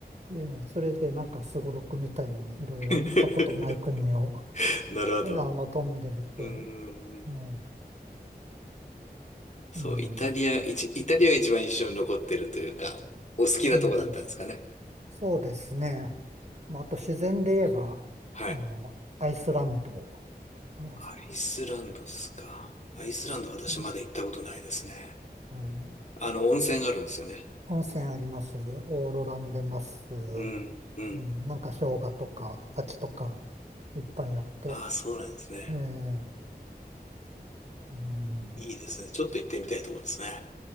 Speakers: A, on the right; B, on the left.
A: ええ、それでなんかすごろくみたいにいろいろ行ったことない国を、
B: <laughs> なるほど。
A: あの、飛んでみて、
B: うん。
A: ええ、
B: そう、
A: うん、
B: イタリア、イチイタリアが一番印象に残ってるというか、お好きなとこだったんですかね。
A: うん、そうですね。まあ、あと自然で言えば、
B: はい。
A: あの、アイスランド、あ
B: アイスランドですか。アイスランド私まだ行ったことないですね。
A: うんええ、
B: あの、温泉があるんですよね。
A: 温泉あります、オーロラ見れます、
B: うん、うん。
A: うん、なんか氷河とか滝とかいっぱいあって、
B: ああ、そうなんですね。
A: ええ、うん、
B: いいですね。ちょっと行ってみたいところですね。